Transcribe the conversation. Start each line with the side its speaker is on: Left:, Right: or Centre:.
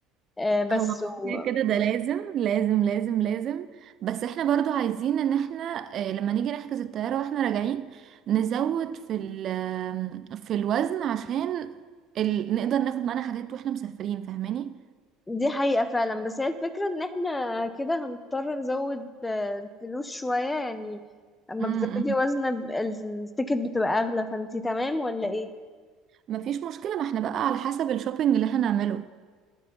Left: آه بس
Right: هو
Left: و...
Right: كده كده ده لازم لازم لازم لازم بس احنا برضو عايزين ان احنا آه، لما نيجي نحجز الطيارة واحنا راجعين نزود في ال آم، في الوزن عشان ال... نقدر ناخد معانا حاجات واحنا مسافرين فاهماني
Left: دي حقيقة فعلا بس هي الفكرة ان احنا كده هنضطر نزود آه، الفلوس شوية يعني اما
Right: امم
Left: بتزودي وزنة ب- التيكت بتبقى اغلى فانتي تمام ولا ايه؟
Right: مفيش مشكلة ما احنا بقى على حسب الشوبينج اللي احنا نعمله